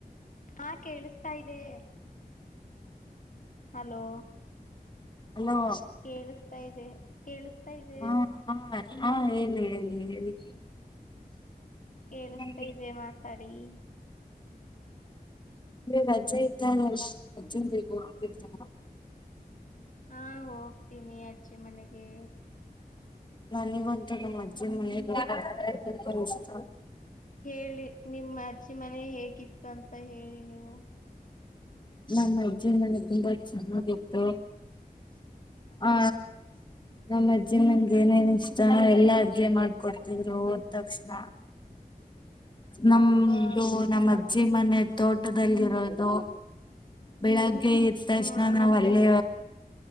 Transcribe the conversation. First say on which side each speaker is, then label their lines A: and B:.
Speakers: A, on the left; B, on the left.
A: ಹಾ ಕೇಳಿಸ್ತಾ ಇದೆ ಹಲೋ
B: ಹಲೋ
A: ಕೇಳಿಸ್ತಾ ಇದೆ ಕೇಳಿಸ್ತಾ ಇದೆ
B: ಹಾ ಹಾ ಹಾ ಹೇಳಿ ಹೇಳಿ ಹೇಳಿ
A: ಕೇಳಿಸತಾ
B: ಅಂದ್ರೆ
A: ಇದೆ ಮಾತಾಡಿ ಹ <unintelligible>
B: ನೀ ರಜ್ಜೆ ಇದ್ದಾರಲ್ಲ ರಜೆನ್ ಬಗ ಹೋಗ್ತಿದ್ರ <inaudible>
A: ಹಾ ಹೋಗ್ತೀನಿ ಅ ಅಜ್ಜಿ ಮನೆಗೆ
B: ನನಗಂತು ನಮ್ಮ ಅಜ್ಜಿ ಮನೆ ಬೇಕ ತಪ ಇಷ್ಟ
A: ಹೇಳಿ ನಿಮ್ಮಜ್ಜ ನಿಮ್ಮಮನೆ ಹೇಗಿತ್ತು ಅಂತ ಹೇಳಿ ನೀವು ಹ್ಮ
B: ನಮ್ಮ ಅಜ್ಜಿ ನನಗೆ ತುಂಬಾ ಚೆನ್ನಾಗಿತ್ತು ಆ
A: ಹ್ಮ್
B: ನಮ್ಮ ಅಜ್ಜಿ ನನ್ಗೆ ಏನೇನ್ ಇಷ್ಟ ನಾವ ಎಲ್ಲಾ ಅಡ್ಗೆ ಮಾಡ್ಕೊಡ್ತಿದ್ರು ಓದ ತಕ್ಷಣ ನಮ್ದು
A: ಹೌದಾ
B: ನಮ್ಮ
A: ಮತ್ತೆ
B: ಅಜ್ಜಿ ಮನೆ ದೊಡ್ ಪಟ್ಟದಲ್ಲಿರೋದು ಬೆಳ <inaudible> ಎದ ತಕ್ಷಣದ
A: ಹ್ಮ್
B: ನಾವವು
A: ಮತ್ತೆ
B: ಅಲ್ಲೇ